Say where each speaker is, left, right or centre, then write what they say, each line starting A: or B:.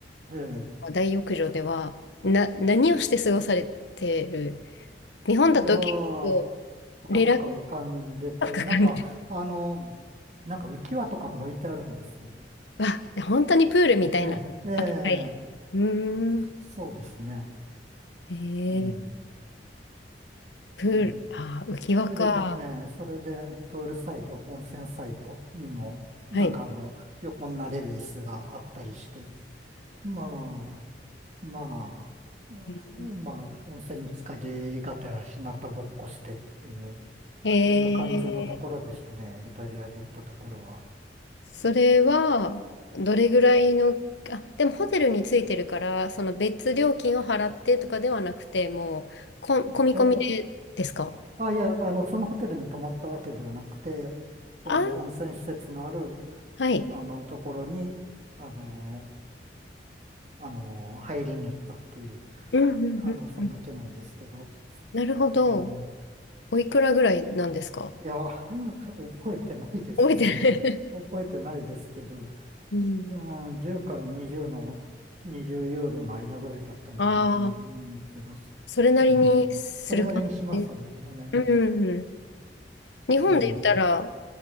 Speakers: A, on the right; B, on the left.
A: ええ。
B: 大浴場では、な、何をして過ごされてる日本だと結構、
A: いやー、ぷかぷか浮かんでて、
B: リラックスかかるんで、
A: なんか、あの、なんか浮き輪とかも置いてあるんですよ。
B: わ、本当にプールみたいな扱い。
A: ええ、ええ、
B: うーん。
A: そうですね。
B: えー、
A: うん、
B: プール、
A: うん。
B: あー、浮き輪か。
A: それで、ま、ええ、それで、プールサイド、温泉サイドにも、なんかあの、
B: はい。
A: 横になれる椅子があったりして、まあ、まあ、
B: うん
A: うんまあ、温泉に浸かりがてら、日向ぼっこしてっていう、
B: えー、
A: そんな感じのところでしたね、イタリアで行ったところは。
B: それは、どれぐらいの、あ、でもホテルについてるから、その別料金を払ってとかではなくて、もう、こ、込み込みでですか
A: え、あ、いや、あの、そのホテルに泊まったわけではなくて、その温泉施設のある、
B: あ、はい。
A: あの、ところに、あの、あの、入りに行ったっていう、
B: うんうんうんうん。
A: あの、そんだけなんですけど、
B: なるほど。
A: うん、い
B: おいくらぐらいなんですか
A: や、<laughs> 覚えてないですね。
B: 覚えてる
A: 覚えてないですけど、
B: <laughs> うん。
A: うん、10から20の、20ユーロの間ぐらいだったんじゃないかなと思うんですけど、
B: <laughs> ああ、それなりにする感じ。
A: うん、それなりにしますよね。
B: うん日本で言ったら、
A: うん、